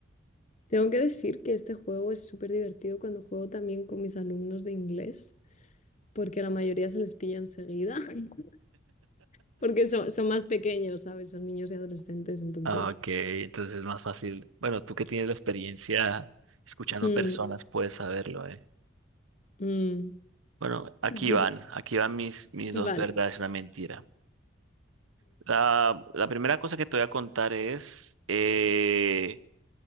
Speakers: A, on the left (about 35°); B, on the right (about 90°).
A: Tengo que decir que este juego es súper divertido cuando juego también con mis alumnos de inglés, porque la mayoría se les pilla enseguida, <laughs> porque son, son más pequeños, ¿sabes? Son niños y adolescentes, entonces.
B: Ah, Ok, entonces es más fácil. Bueno, tú que tienes la experiencia escuchando
A: Mm,
B: personas puedes saberlo, ¿eh?
A: mm.
B: Bueno, aquí
A: <laughs>
B: van, aquí van mis, mis dos
A: Vale.
B: verdades y una mentira. La, la primera cosa que te voy a contar es, eh,